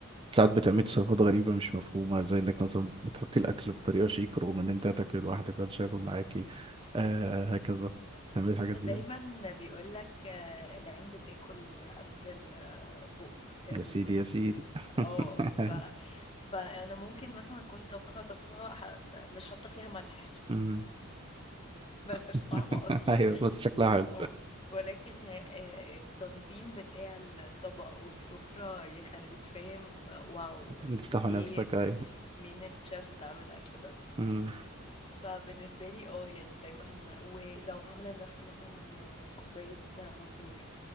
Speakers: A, on the right; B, on the left.
A: ساعات بتعملي تصرفات غريبة مش مفهومة زي انك مثلا بتحطي الأكل بطريقة شيك رغم ان انت هتاكلي لوحدك محدش هياكل معاكي آه هكذا بتعملي الحاجات
B: دايما
A: دي يعني.
B: بيقول لك العين بتاكل قبل البق تقريبا
A: يا سيدي يا سيدي <laughs>
B: اه ف
A: أيوة.
B: فانا ممكن مثلا اكون طبخه طبخه ح- مش حاطه فيها ملح <laughs>
A: أمم.
B: ملهاش
A: <laughs>
B: طعم اصلا
A: ايوه بس شكلها حلو
B: اه ولكن آه، التنظيم بتاع الطبق والسفرة يخلوك فاهم واو ال-
A: افتحوا
B: ايه
A: نفسك
B: ال-
A: ايوه
B: مين الشيف اللي عامل الاكل ده
A: أمم.
B: فبالنسبة لي اه يعني دايما ولو عاملة لنفسي مثلا كوباية عصير